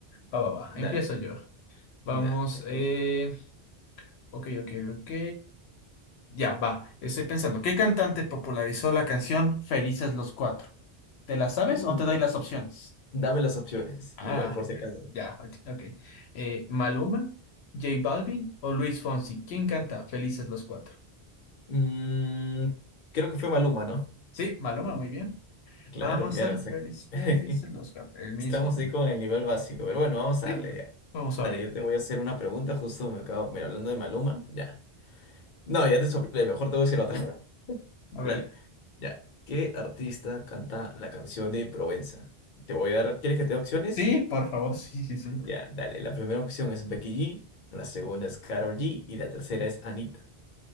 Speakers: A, on the left; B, on the left.
A: va, va, va.
B: dale,
A: Empiezo yo. Vamos,
B: da, te escucho.
A: eh, ok, ok, ok. Ya, va. Estoy pensando, ¿qué cantante popularizó la canción Felices los Cuatro? ¿Te las sabes
B: Mm,
A: o te doy las opciones?
B: dame las opciones,
A: Ah,
B: igual por si acaso.
A: ya, ok. Eh, Maluma, J Balvin o Luis Fonsi. ¿Quién canta Felices los Cuatro?
B: Mm, creo que fue Maluma, ¿no?
A: Sí, Maluma, muy bien.
B: Claro,
A: Vamos
B: claro,
A: a ser
B: exacto.
A: felices, felices
B: <laughs>
A: los cuatro. El mismo.
B: Estamos ahí con el nivel básico, pero bueno, vamos
A: Sí,
B: a darle ya.
A: vamos
B: Dale,
A: a ver.
B: yo te voy a hacer una pregunta, justo me acabo, mira, hablando de Maluma, ya. No, ya te soplé, mejor te voy a decir otra. <laughs>
A: A
B: Dale.
A: ver.
B: Ya. ¿Qué artista canta la canción de Provenza? Te voy a dar, ¿quieres que te dé opciones?
A: Sí, por favor, sí, sí, sí.
B: Ya, dale. La primera opción es Becky G, la segunda es Karol G y la tercera es Anita.